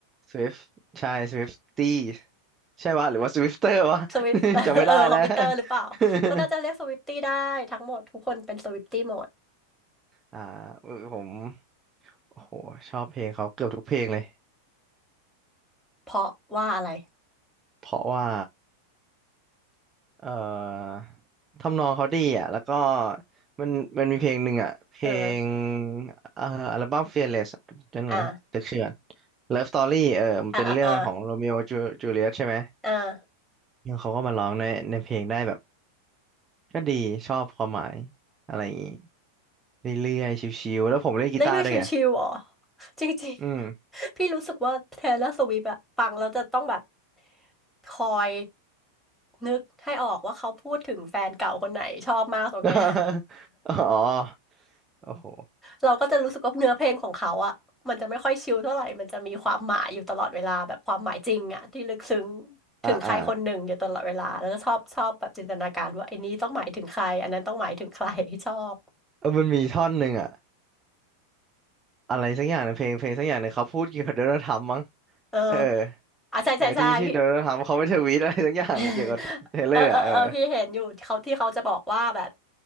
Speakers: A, on the right; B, in the centre.
A: Swift ใช่ s w i f t ี้ใช่ปะหรือว่า Swifter วะ
B: สวิฟ <laughs>
A: <laughs> จำไม่ได้แล้ว
B: เออคอมพิวเตอร์หรือเปล่าเขาน่าจะเรียกสวิฟตี้ได้ทั้งหมดทุกคนเป็นสวิฟตี้หมด
A: <laughs> อ่าผมโอ้โหชอบเพลงเขาเกือบทุกเพลงเลย
B: เพราะว่าอะไร
A: เพราะว่า เอ่อทำนองเขาดีอ่ะแล้วก็มันมันมีเพลงหนึ่งอ่ะเพลง
B: เออ
A: เอ่ออัลบั้ม Fearless จำหนอยนะตึกเชื่อน
B: อ่ะ
A: Love Story เออมันเป็นเรื่องของโรมิโอจูเลียตใช่ไหม
B: อ่ะอ่ะอ่ะอ่ะ
A: แล้วเขาก็มาร้องในในเพลงได้แบบก็ดีชอบความหมายอะไรอย่างงี้เรื่อยๆชิวๆแล้วผมเล่นกีตาร์ด้วยไง
B: เล่นได้ชิวๆเหรอจริงๆ
A: อืม
B: <laughs> พี่รู้สึกว่าเทเลอร์สวิฟต์อะฟังแล้วจะต้องแบบคอยนึกให้ออกว่าเขาพูดถึงแฟนเก่าคนไหนชอบมากตรงเนี้ย
A: <laughs>
B: <laughs>
A: อ๋อโอ้โห
B: เราก็จะรู้สึกว่าเนื้อเพลงของเขาอะมันจะไม่ค่อยชิลเท่าไหร่มันจะมีความหมายอยู่ตลอดเวลาแบบความหมายจริงอะที่ลึกซึ้ง
A: อ่าอ่า
B: ถึงใครคนหนึ่งอยู่ตลอดเวลาแล้วก็ชอบชอบแบบจินตนาการว่าไอ้นี้ต้องหมายถึงใครอันนั้นต้องหมายถึงใคร <laughs> ชอบ
A: เออมันมีท่อนหนึ่งอ่ะอะไรสักอย่างในงเพลงเพลงสักอย่างหนึ่งเขาพูดเกี่ยวกับโดนัลด์ทรัมป์มั้ง
B: เออ
A: เออ
B: อ่ะใช่ใช่ใช่พี่
A: เออที่ที่โดนัลด์ทรัมป์เขาไม่ทวีตอะไรสักอย่างเกี่ยวกับเทเลอร์อ่ะเออ
B: เออเออเออพี่เห็นอยู่เขาที่เขาจะบอกว่าแบบ